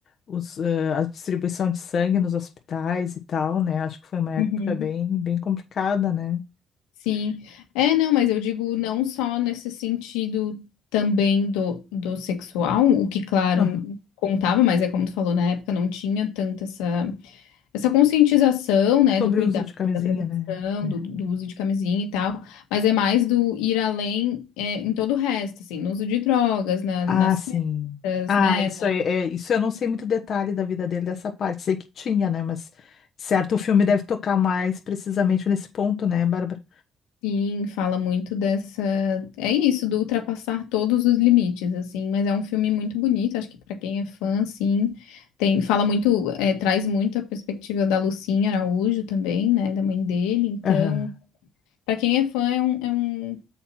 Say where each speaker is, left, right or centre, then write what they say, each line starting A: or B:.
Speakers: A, on the left; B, on the left.
A: os, eh, a distribuição de sangue nos hospitais e tal, né? Acho que foi uma época
B: uhum,
A: bem, bem complicada, né?
B: sim. É, não, mas eu digo não só nesse sentido também do, do sexual, o que, claro,
A: Aham.
B: contava, mas é como tu falou, na época não tinha tanta essa. essa conscientização, né,
A: Sobre
B: do cuidado,
A: o uso de camisinha,
B: da prevenção,
A: né? É.
B: do, do uso de camisinha e tal, mas é mais do ir além, é, em todo o resto, assim, no uso de drogas, na-
A: Ah,
B: nas
A: sim.
B: festas,
A: Ah,
B: né,
A: isso
B: na-
A: aí, é, isso eu não sei muito detalhe da vida dele dessa parte. Sei que tinha, né? Mas certo, o filme deve tocar mais precisamente nesse ponto, né, Bárbara?
B: sim, fala muito dessa, é isso, do ultrapassar todos os limites, assim, mas é um filme muito bonito, acho que pra quem é fã, assim, tem, fala muito, é, traz muito a perspectiva da Lucinha Araújo também, né, da mãe dele, então,
A: Aham.
B: pra quem é fã, é um, é um,